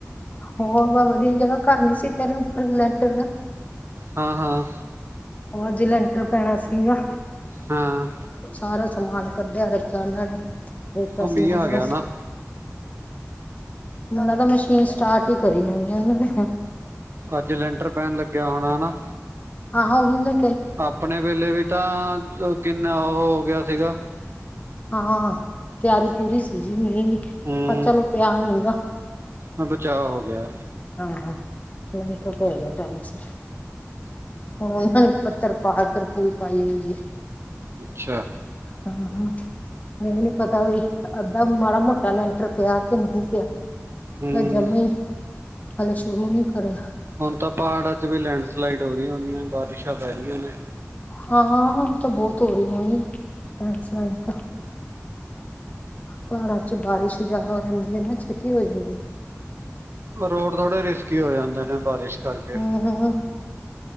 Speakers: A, on the left; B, on the right.
A: ਹੋ ਵ ਵਧੀਆ ਜੇੜਾ ਘਰ ਨੀ ਸੀ, ਪਰੇ ਉੱਪਰ ਲੈਟਰ ਦਾ
B: ਹਾਂ-ਹਾਂ।
A: ਉਹ ਅੱਜ ਲੈਂਟਰ ਪੈਣਾ ਸੀਗਾ।
B: ਹਾਂ
A: ਸਾਰਾ ਸਮਾਨ ਕੱਢਿਆ ਰੱਖਿਆ, ਉਹਨਾਂ ਨੇ ਰੇਤਾ
B: ਉਹ ਮੀਂਹ
A: ਸੀ। ਮੈਨੂੰ
B: ਆ ਗਿਆ ਨਾ
A: ਲਗਦਾ, ਮਸ਼ੀਨ ਸਟਾਰਟ ਹੀ ਕਰੀ ਹੋਣੀ ਉਹਨਾਂ
B: ਅੱਜ ਲੈਂਟਰ ਪੈਣ ਲੱਗਿਆ ਹੋਣਾ ਹਨਾ।
A: ਹਾਂ ਔਹੀ ਮੈ।
B: ਆਪਣੇ ਵੇਲੇ ਵੀ ਤਾਂ, ਕਿੰਨਾ ਉਹ ਹੋ ਗਿਆ ਸੀਗਾ।
A: ਹਾਂ ਤਿਆਰੀ ਪੂਰੀ ਸੀਗੀ, ਮੀਂਹ ਦੀ।
B: ਹੂੰ,
A: ਚਲੋ ਪਿਆ ਨੀ ਗਾ।
B: ਮ ਬਚਾਅ ਹੋ ਗਿਆ।
A: ਹਾਂ-ਹਾਂ। <unintelligible> ਹੁਣ, ਉਹਨਾਂ ਨੇ ਉੱਪਰ ਤਰਪਾਲ ਤਰਪੂਲ ਪਾਈ ਹੋਈ ਹੈ।
B: ਅੱਛਾ।
A: ਹਾਂ-ਹਾਂ। ਨਹੀਂ-ਨਹੀਂ ਪਤਾ ਵੀ ਅੱਧਾ ਮਾੜਾ ਮੋਟਾ ਲੈਂਟਰ ਪਿਆ, ਕਿ ਨਹੀਂ ਪਿਆ।
B: ਹੂੰ
A: ਫੇਰ ਜੰਮੀ ਹਲੇ ਸ਼ੁਰੂ ਨਹੀਂ ਕਰਿਆ।
B: ਹੁਣ ਤਾਂ ਪਹਾੜਾਂ 'ਚ ਵੀ ਲੈਂਡਸਲਾਈਡ ਹੋ ਰਹੀਆਂ, ਹੋਣੀਆਂ ਬਾਰਿਸ਼ਾਂ ਪੈ ਰਹੀਆਂ ਨੇ।
A: ਹਾਂ ਤਾਂ ਬਹੁਤ ਹੋ ਰਹੀ ਹੋਣੀ ਆ ਸੀ ਸਣੀ ਤਾਂ ਪਹਾੜਾਂ ਚ ਬਾਰਿਸ਼ ਜ਼ਿਆਦਾ ਹੋ ਜਾਂਦੀ ਹੈ, ਨਾ ਛੇਤੀ ਹੋ ਜਾਂਦੀ ਹੈ।
B: ਰੋਡ ਥੋੜੇ ਰਿਸਕੀ ਹੋ, ਜਾਂਦੇ ਨੇ ਬਾਰਿਸ਼ ਕਰਕੇ।
A: ਹੂੰ,।